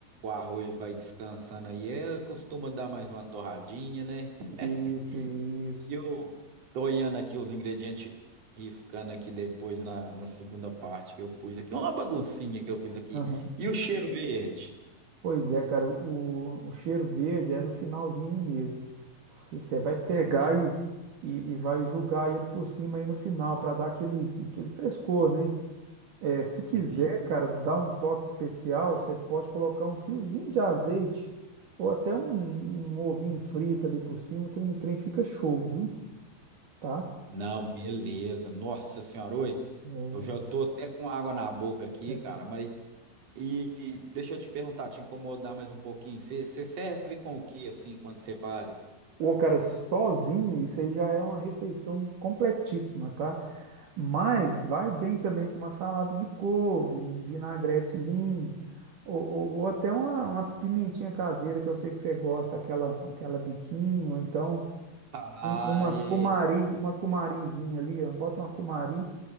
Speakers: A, on the right; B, on the right.
A: o arroz vai descansando aí, é, costuma dar mais uma torradinha, né? <laughs>
B: Isso, isso.
A: E eu tô olhando aqui os ingredientes, riscando aqui depois na, na segunda parte que eu pus aqui. Uma baguncinha que eu fiz aqui.
B: Aham.
A: E o cheiro verde?
B: Pois é, cara, o, o cheiro verde é no finalzinho mesmo. se Você vai pegar e, e, e vai jogar ele por cima aí no final para dar aquele, aquele frescor, né? É, se quiser,
A: Uhum.
B: cara, dar um toque especial, você pode colocar um fiozinho de azeite ou até um, um ovinho frito ali por cima, o trem, o trem fica show, viu? Tá?
A: Não, beleza. Nossa senhora, oi.
B: É.
A: Eu já tô até com água na boca aqui,
B: é.
A: cara, mas. E, e deixa eu te perguntar, te incomodar mais um pouquinho. Você serve com o que assim quando você vai?
B: Ô, cara, sozinho, isso aí já é uma refeição completíssima, tá? Mas vai bem também com uma salada de couve, um vinagretezinho, ou, ou- ou até uma, uma pimentinha caseira que eu sei que você gosta, aquela, aquela biquinho, ou então
A: Ah,
B: um- uma
A: é.
B: cumari, uma cumarizinha ali, ó. Bota uma cumari